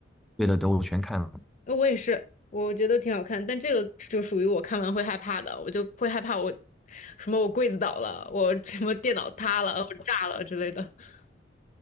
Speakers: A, in the centre; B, on the left.
A: 对的，对，我全看了，
B: 呃我也是，我觉得挺好看，但这个就属于我看完会害怕的，我就会害怕我什么我柜子倒了，我什么电脑塌了，我炸了之类的。<laughs>